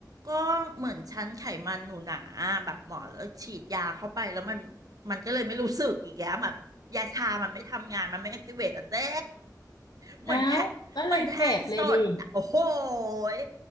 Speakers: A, on the right; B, on the left.
A: ก็เหมือนชั้นไขมันหนูหนาแบบหมอแล้วฉีดยาเข้าไปแล้วมันมันก็เลยไม่รู้สึกอีกแล้วแบบยาชามันไม่ทำงานมันไม่แอคทีเวตอะเจ้เหมือนแทะ
B: อ้าวก็เลยเจ็บเลยดิ
A: เหมือนแทงสดอะโอ้โหย